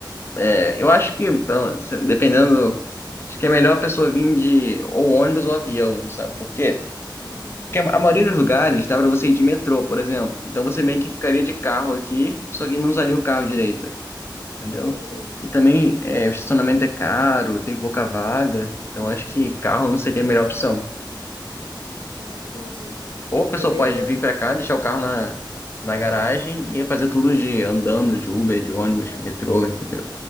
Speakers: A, on the left; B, on the left.
A: é, eu acho que, então, se- dependendo, acho que é melhor a pessoa vir de ou ônibus ou avião, sabe por quê?
B: Uhum.
A: Porque a a maioria dos lugares dá pra você ir de metrô, por exemplo. Então você meio que ficaria de carro aqui, só que não usaria o carro direito. entendeu?
B: Entendi.
A: E também é, o estacionamento é caro, tem pouca vaga, então
B: Hum,
A: acho que carro não seria a melhor opção.
B: ah, entendi.
A: Ou a pessoa
B: Que eu vejo.
A: pode vir pra cá, deixar o carro na, na garagem e fazer tudo de andando, de Uber, de
B: Aham.
A: ônibus, metrô, entendeu?